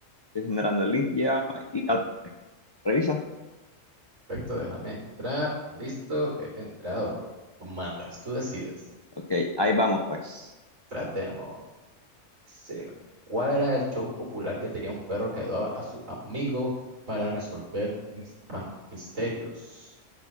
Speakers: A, on the left; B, on the right.
A: estoy generando el link ya. Y ya, revisa.
B: Perfecto, déjame entrar. Listo, he entrado. Tú mandas, tú decides.
A: Ok, ahí vamos pues.
B: Tratemos. Dice, ¿cuál era el show popular que tenía un perro que ayudaba a su amigo para resolver mis pan- misterios?